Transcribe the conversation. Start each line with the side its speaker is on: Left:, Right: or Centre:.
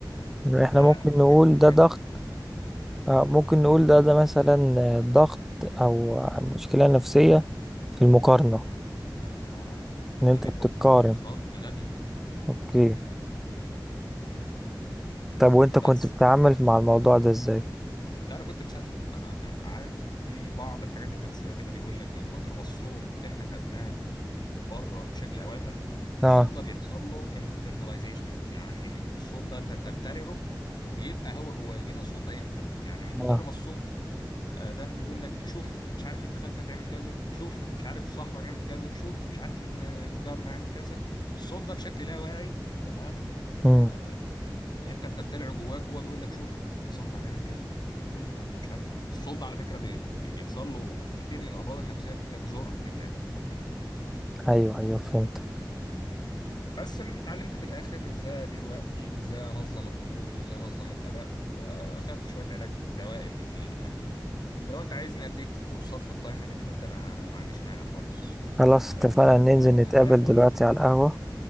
Centre: يعني
Left: ده
Centre: احنا ممكن نقول
Left: حاجه
Centre: ده ضغط
Left: كانت بتحطني
Centre: آه، ممكن نقول ده ده مثلا آه، ضغط او مشكلة نفسية في المقارنة
Left: الله ينور عليك
Centre: ان انت
Left: ده بيحطك
Centre: بتتقارن
Left: في ضغط غبي
Centre: اوكي
Left: تمام
Centre: طب وانت
Left: بس
Centre: كنت بتتعامل مع الموضوع ده ازاي
Left: لا انا كنت مصدق انا عارف في بعض الحاجات النفسيه كده بيقول لك من كتر ما الصوت احنا خدناه بره بشكل اوامر
Centre: اه
Left: الصوت ده بيحصل له internalization يعني الصوت ده انت بتبتلعه وبيبقى هو جواك بيبقى الصوت ده انت يعني من كتر
Centre: اه
Left: ما الصوت آه، ده بيقول لك شوف مش عارف ابن خالتك عمل كذا شوف مش عارف صاحبك عمل كذا شوف مش عارف ابن جارنا عمل كذا الصوت ده بشكل لا واعي تمام آه
Centre: امم
Left: انت بترتلعه جواك وهو بيقول لك شوف ده صاحبك عمل كذا شوف ده انت مش عارف الصوت ده على فكرة بي- بي- بيحصل له كتير من الامراض النفسية بتبقى جذورها كده يعني
Centre: ايوه
Left: تمام
Centre: ايوه فهمت
Left: بس اللي اتعلمت في الاخر ازاي ادير وقتي وازاي انظم الضغوط وازاي انظم القلق واخدت شوية علاج دوائي حلوين يعني ولو انت عايزني اديك كورسات في التايم مانجمنت انا ما عنديش مانع خالص
Centre: خلاص
Left: بس
Centre: اتفقنا
Left: اروح
Centre: ننزل نتقابل
Left: اكل
Centre: دلوقتي على القهوة